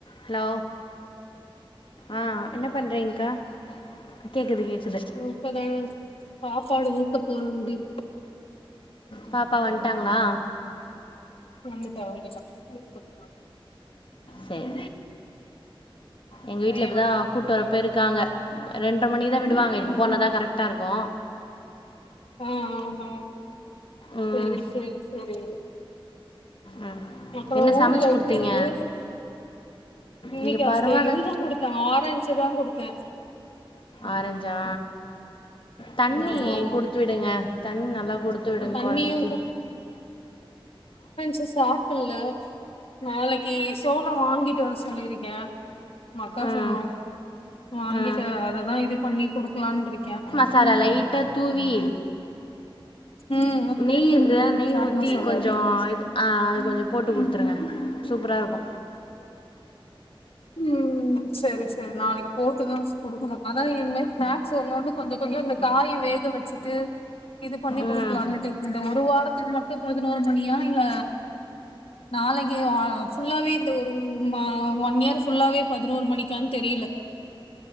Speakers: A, on the left; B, on the left.
A: ஹலோ ஆ என்ன பண்றீங்க்கா கேக்குது கேக்குது
B: இப்பதா சாப்பாடு ஊட்ட போக முடியு
A: பாப்பா வன்ட்டாங்ளா
B: வந்துட்டா வந்துட்டா ஸ்கூல் போய்ர்ந்தா
A: சேர் எங்க வீட்ல
B: பைய
A: இப்பதா
B: வன்ட்டானா
A: கூட்டு வர பேருக்காங்க ரெண்டு மணிக்குதா விடுவாங்க இப்போனதா கரெக்ட்டா இருக்கு
B: ஆ ஆ ஆ
A: ம்
B: சேரி சேரி சேரி
A: ம்
B: அப்றோ
A: என்ன சமச்சு
B: ஊர்ல
A: குடுத்தீங்க
B: எப்டி இருக்கு இன்னைக்கு
A: இங்க
B: அஸ்து
A: பரவால்ல
B: இதுதா குடுத்தே ஆரஞ்சு தா குடுத்தே
A: ஆரஞ்சா தண்ணி
B: ஆமா ஆமா
A: குடு துடுங்க தண்ணி நல்லா குடுத்துவிடுங
B: தண்ணியு
A: கொழந்தைக்கு
B: து சாப்புல்ல நாளைக்கு சோளோ வாங்கிட்டு வர சொல்லிருக்கே மக்கா
A: ம்
B: சோளோ வாங்கிட்டு
A: ம்
B: அததா இது பண்ணி குடுக்கலான்ட்ருக்கே
A: பர லைட்டா தூவி
B: ம்
A: நெய்
B: இருக்கு
A: இருந்துதா
B: இருக்கு
A: நெய்
B: சாட்
A: ஊத்தி
B: மசாலா
A: கொஞ்சோ
B: இருக்கு
A: ஆய்லு ஆ அது கொஞ்சோ போட்டு குடுத்துருங்க சூப்பரா இருக்கு
B: ம் செரி செரி நாளைக்கு போட்டுதா குடுக்குணு அதா இன்மே ஸ்நாக்ஸ் ஒன்னொன்னு கொஞ்சோ கொஞ்சோ இந்த காய வேக வச்சுட்டு இது பண்ணி குடுக்குலானுட்டு
A: ம்
B: இந்த ஒரு வாரத்துக்கு மட்டு பதினோரு மணியா இல்ல நாளைக்கே அ ஃபுல்லாவே இந்த ஒரு மா ஒன் இயர் ஃபுல்லாவே பதினோரு மணிக்கான் தெரில